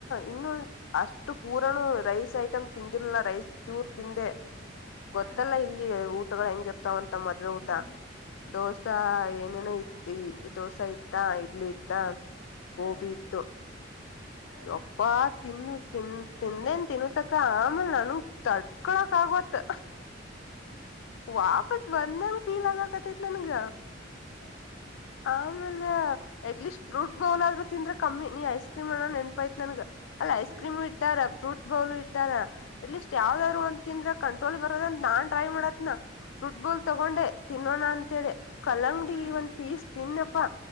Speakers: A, on the left (about 80°); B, on the right (about 75°).
A: ಇನ್ನೊಂದು ಅಷ್ಟು ಪೂರನು ರೈಸ್ ಐಟಮ್ ತಿಂದಿರ್ಲ್ಲ ರೈಸ್ ಚೂರ್ ತಿಂದೆ
B: ಹ
A: ಗೊತ್ತಲ್ಲ ಇಲ್ಲಿ ಊಟಗಳು ಹೆಂಗ ಇರ್ತಾವಂತ ಮದ್ವೆೆ ಊಟ
B: ಹ
A: ದೋಸಾ ಏನೇನೋ ಇತಿ ದೋಸಾ ಇ ಇತ್ತ ಇಡ್ಲಿ ಇತ್ತ
B: ಹ ಹ
A: ಗೋಬಿ ಇತ್ತು
B: ಹ
A: ಎಪ್ಪತ್ ತನು ತ ತಿಂದಂದನು ತೆನುೂ ತಕ್ಕ ಆಮ ನಾನು ತಡ್ಕೊಳಕ್ ಆಗವತ್ ವಾಪಸ್ ಬಂದಂಗ ಪೀಲಗ ತೆ ನಾನುಂಗ
B: ಹ್ಮ್
A: ಆಮೇಲೆ ಅಟ್ಲೀಸ್ಟ್ ಫ್ರೂಟ್ ಬೌಲ್ ಆದ್ರು ತಿಂದ್ರೆ ಕಮ್ಮಿ ನೀ ಐಸ್ ಕ್ರೀಮ ಅಣೋ ನೆನ್ಪೈತ್ ನನ್ಗ ಅಲ್ಲ ಐಸ್
B: ಹ
A: ಕ್ರೀಮ್ ಇಟ್ಟಾರ ಫ್ರೂಟ್ ಬೌಲ್ ಇಟ್ಟಾರ ಅಟ್ ಲೀಸ್ಟ್ ಯಾವ್ದಾದ್
B: ಹ
A: ಒ ತಿಂದ್ರ ಕಂಟ್ರೋಲ್ ಬ ನಾನ್ ಟ್ರೈ ಮಾಡತ್ನ ಫುಟ್ಬಾಲ್ ತಗೊಂಡೆ ತಿನ್ನೋಣ ಅಂತೇಳಿ ಕಲ್ಲಂಗಡಿ
B: ಹ
A: ಒಂದ್ ಪೀಸ್ ತಿನ್ನಪ್ಪಾ